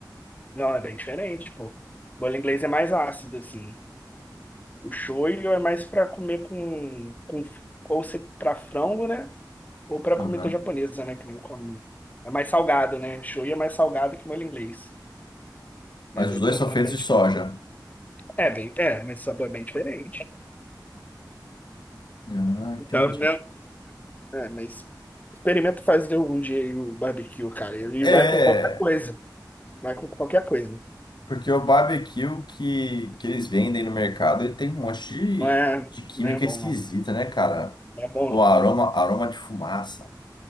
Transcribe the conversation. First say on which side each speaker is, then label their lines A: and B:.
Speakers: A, on the left (about 20°); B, on the left (about 80°).
A: Não, é bem diferente, pô. Molho inglês é mais ácido, assim. O shoyu é mais pra comer com, com ou se, pra frango, né? Ou pra
B: Aham.
A: comida japonesa, né? Que nem come. muito. É mais salgado, né? Shoyu é mais salgado que molho inglês. Mas
B: Mas
A: é
B: os dois
A: também
B: são feitos
A: é bem.
B: de
A: dif-
B: soja.
A: É, bem, é, mas o sabor é bem diferente.
B: Ah, entendi.
A: Então, né? É, mas experimenta fazer um dia aí o barbecue, cara. Ele
B: É,
A: vai com qualquer coisa. Vai com qualquer coisa.
B: porque o barbecue que, que eles vendem no mercado, ele tem um monte
A: Não é,
B: de, de química
A: não é bom,
B: esquisita,
A: não.
B: né, cara?
A: Não é bom,
B: Pô,
A: não.
B: aroma, aroma de fumaça.